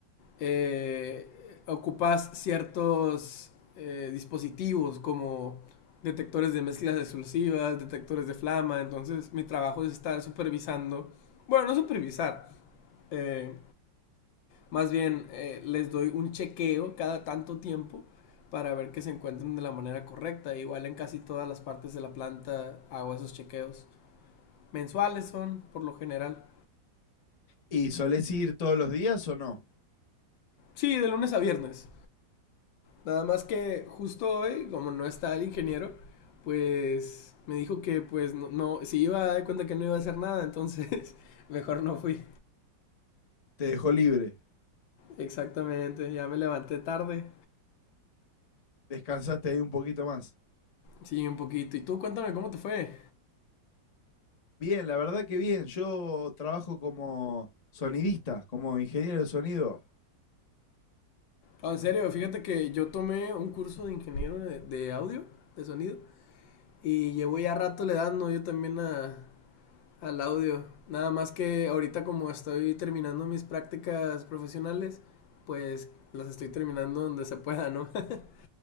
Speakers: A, on the left (about 80°); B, on the left (about 40°).
A: eh, ocupas ciertos eh, dispositivos como detectores de mezclas explosivas, detectores de flama. Entonces, mi trabajo es estar supervisando, bueno, no supervisar, eh, más bien, eh, les doy un chequeo cada tanto tiempo para ver que se encuentren de la manera correcta. Igual en casi todas las partes de la planta hago esos chequeos. Mensuales son, por lo general.
B: ¿Y solés ir todos los días o no?
A: Sí, de lunes a viernes. Nada más que justo hoy, como no está el ingeniero, pues me dijo que pues no, no- si iba a dar cuenta que no iba a hacer nada, entonces <laughs> mejor no fui.
B: ¿Te dejó libre?
A: Exactamente, ya me levanté tarde.
B: ¿Descansaste ahí un poquito más?
A: Sí, un poquito. ¿Y tú cuéntame cómo te fue?
B: Bien, la verdad que bien. Yo trabajo como sonidista, como ingeniero de sonido.
A: Ah, en serio, fíjate que yo tomé un curso de ingeniero de, de audio, de sonido, y llevo ya rato le dando yo también a, al audio. Nada más que ahorita como estoy terminando mis prácticas profesionales, pues las estoy terminando donde se pueda, ¿no? <laughs>